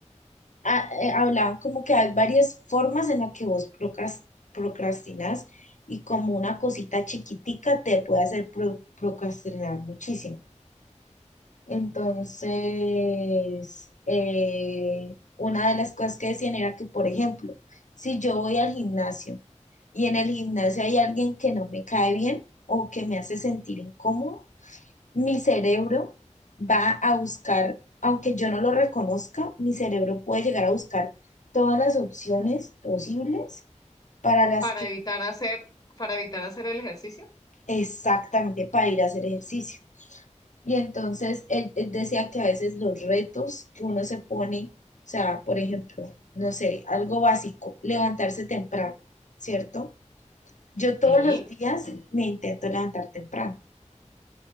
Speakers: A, on the left; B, on the left.
A: a- eh, hablaban como que hay varias formas en las que vos procras- procrastinas y como una cosita chiquitica te puede hacer pro- procrastinar muchísimo. Entonces, eh, una de las cosas que decían era que, por ejemplo, si yo voy al gimnasio y en el gimnasio hay alguien que no me cae bien o que me hace sentir incómodo, mi cerebro va a buscar, aunque yo no lo reconozca, mi cerebro puede llegar a buscar todas las opciones posibles para las
B: Para
A: que
B: evitar hacer, para evitar hacer el ejercicio.
A: exactamente para ir a hacer ejercicio. Y entonces él, él decía que a veces los retos que uno se pone, o sea, por ejemplo, no sé, algo básico, levantarse temprano, ¿cierto? Yo todos
B: Sí.
A: los días me intento levantar temprano